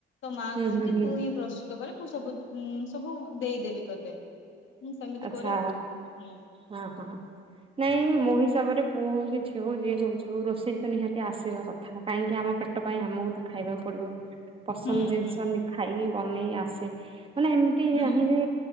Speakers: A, on the left (about 75°); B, on the right (about 25°).
A: ତ ମା
B: ହୁଁ
A: କୁହନ୍ତି
B: ହୁଁ ହୁଁ
A: ତୁ ହିଁ ପ୍ରସ ତ କରେ ମୁଁ ସବୁ ସବୁ ଦେଇଦେବି ତତେ ମୁଁ ସେମିତି
B: ଆଚ୍ଛା
A: କରେ ଆଉ ହୁଁ।
B: ହଁ ହଁ ନାଇଁ ମୋ ହିସାବରେ ପୁଅ ହଉ କି ଝିଅ ହଉ ଯିଏ ହଉଛି ଯୋଉ ରୋଷେଇ ତ ନିହାତି ଆସିବା କଥା କାହିଁକି ଆମ ପେଟ ପାଇଁ ଆମକୁ ତ ଖାଇବାକୁ ପଡିବ। ପସନ୍ଦ
A: ହୁଁ
B: ଜିନିଷ
A: ହୁଁ
B: ଖାଇକି ବନେଇ ଆସେ ମାନେ ଏମିତି
A: ହୁଁ।
B: ନାହିଁ ଯେ